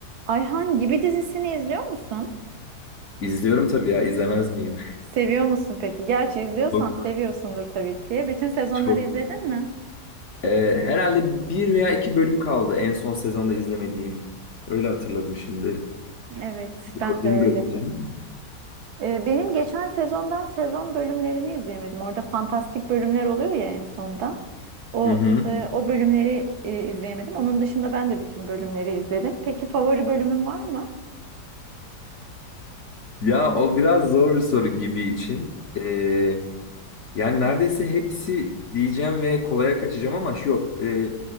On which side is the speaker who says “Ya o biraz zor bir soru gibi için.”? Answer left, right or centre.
Left